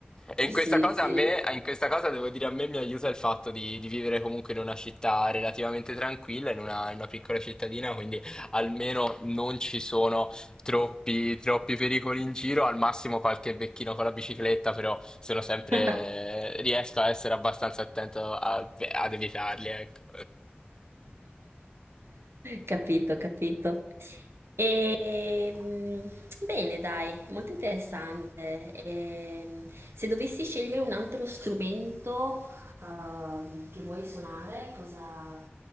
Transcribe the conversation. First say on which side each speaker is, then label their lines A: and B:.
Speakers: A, on the left; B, on the right.
A: E in
B: sì,
A: questa cosa
B: sì.
A: a me, in questa cosa devo dire, a me mi aiuta il fatto di, di vivere comunque in una città relativamente tranquilla, in una, in una piccola cittadina, quindi almeno non ci sono troppi, troppi pericoli in giro, al massimo qualche vecchino con la bicicletta, però sono sempre,
B: <laughs>
A: riesco a essere abbastanza attento a- ad evitarli, ecco.
B: Capito, capito. Ehm, bene, dai, molto interessante. Ehm, se dovessi scegliere un altro strumento ehm, che vuoi suonare, cosa,